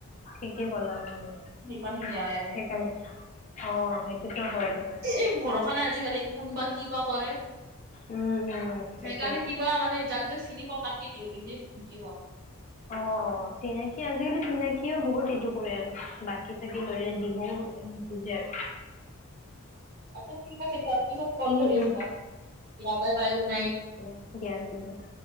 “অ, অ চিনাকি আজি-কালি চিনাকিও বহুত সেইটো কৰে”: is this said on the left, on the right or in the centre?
Left